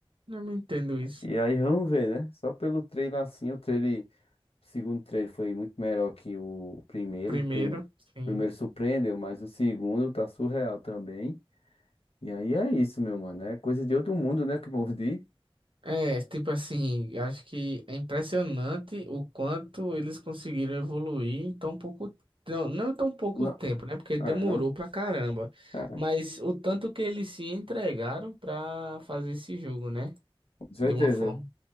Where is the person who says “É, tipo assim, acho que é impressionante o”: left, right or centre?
Right